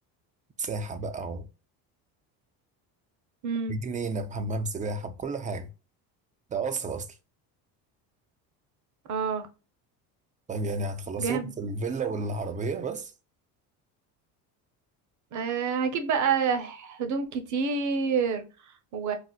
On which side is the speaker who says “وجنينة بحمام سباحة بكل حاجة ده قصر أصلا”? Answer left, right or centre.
Right